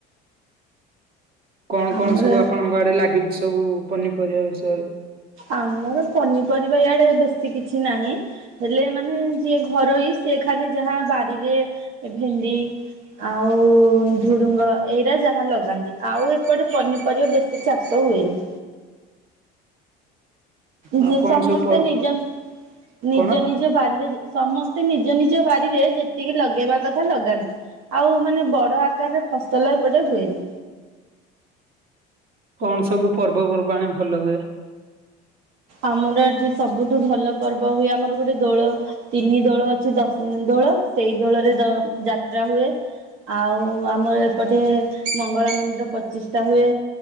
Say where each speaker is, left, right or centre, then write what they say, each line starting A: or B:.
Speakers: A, on the right; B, on the right.
A: କଣ କଣ
B: ଆମର
A: ସବୁ ଆପଣଙ୍କ ଆଡେ ଲାଗିଛି ସବୁ ପନିପରିବା ବିଷୟରେ?
B: ଆମର ପନିପରିବା ଇଆଡେ ବେଶୀ କିଛି ନାହିଁ। ହେଲେ ମାନେ ଯିଏ ଘରୋଇ ସିଏ ଖାଲି ଯାହା ବାରିରେ ଭେଣ୍ଡି ଆଉ ଧୁଡୁଙ୍ଗ ଏଇଟା ଯାହା ଲଗାନ୍ତି ଆଉ ଏପଟେ ପନିପରିବା ବେଶ ସେ ଚାଷ ହୁଏନି। ଜି
A: ଆଉ କଣ
B: ସମସ୍ତେ
A: ସବୁ ପର୍
B: ନିଜ ନିଜ
A: କଣ
B: ନିଜ ବାରିରେ ଯେ ସମସ୍ତେ ନିଜ ନିଜ ବାରିରେ ଯେତିକି ଲଗେଇବା କଥା ଲଗାନ୍ତି। ଆଉ ମାନେ ବଡ ଆକାରରେ ଫସଲ ଏପଟେ ହୁଏନି।
A: କଣ ସବୁ ପର୍ବପର୍ବାଣୀ ଭଲ ହୁଏ?
B: ଆମର ଏଠି ସବୁଠୁ ଭଲ ପର୍ବ ହୁଏ ଆମର ଗୋଟେ ଦୋଳ ତିନି ଦୋଳ ଅଛି ଦଶ ଦୋଳ ସେଇ ଦଳରେ ଦ ଯାତ୍ରା ହୁଏ। ଆଉ ଆମର ଏପଟେ ମଙ୍ଗଳା ମନ୍ଦିର ପଚିଷ୍ଟା ହୁଏ।